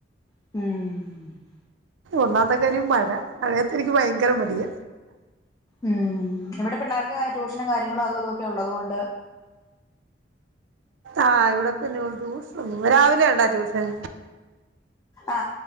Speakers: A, on the left; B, on the right.
A: ഉം <inaudible>
B: ഒന്നാത്തെ കാര്രി മഴ മഴയത്ത് എനിക്ക് ഭയങ്കര മടിയ
A: ഉം ഇവിടെ പിള്ളേർക്ക് ട്യൂഷനും കാര്യങ്ങളും അതും ഇതൊക്കെ ഉള്ളതുകൊണ്ട്
B: ആഹ് ഇവിടെ പിന്നെ ട്യൂഷൻ ഒന്ന രാവിലെ വണ്ട ട്യൂഷൻ
A: ആ